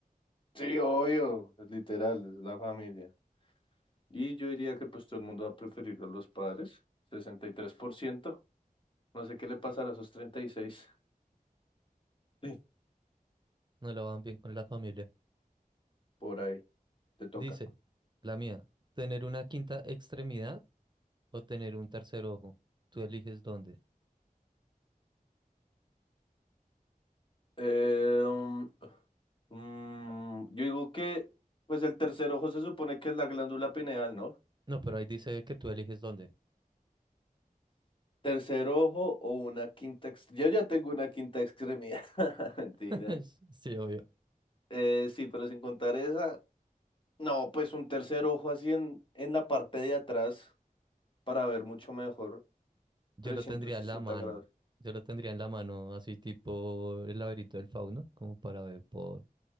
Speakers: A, on the left; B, on the right.
A: Sí, obvio, es literal, es la familia. Y yo diría que pues todo el mundo va a preferir a los padres, 63%. No sé qué le pasará a esos 36. Sí.
B: no la van bien con la familia.
A: Por ahí, te toca.
B: Dice, la mía, tener una quinta extremidad o tener un tercer ojo. Tú eliges dónde.
A: Eh, um, mm, yo digo que pues el tercer ojo se supone que es la glándula pineal, ¿no?
B: No, pero ahí dice que tú eliges dónde.
A: Tercer ojo o una quinta ex- Yo ya tengo una quinta extremidad. <laughs> Mentiras.
B: <laughs> Sí, obvio.
A: Eh, sí, pero sin contar esa, no, pues un tercer ojo así en, en la parte de atrás. para ver mucho mejor
B: Yo
A: trescientos
B: lo tendría
A: sesenta
B: en la mano.
A: grados.
B: Yo lo tendría en la mano, así tipo el laberinto del fauno, como para ver por...